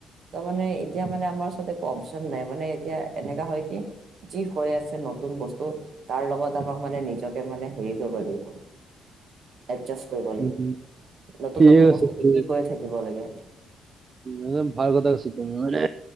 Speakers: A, on the right (about 60°); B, on the right (about 40°).
A: তাৰ মানে এতিয়া মানে আমাৰ ওচৰত একো অপচন নাই মানে এতিয়া এনেকা হয় কি। যি হৈ আছে নতুন বস্তু তাৰ লগত আমাক মানে নিজকে মানে হেৰি কৰিব লাগিব।
B: <inaudible>
A: এডজাষ্ট কৰিব লাগিব,
B: উম,
A: নতুন-
B: ঠিক
A: নতুন
B: আছে
A: বস্তু
B: ঠিক
A: শিকি
B: আছে।
A: গৈ থাকিব লাগে।
B: একদম ভাল কথা কৈছা তুমি মানে।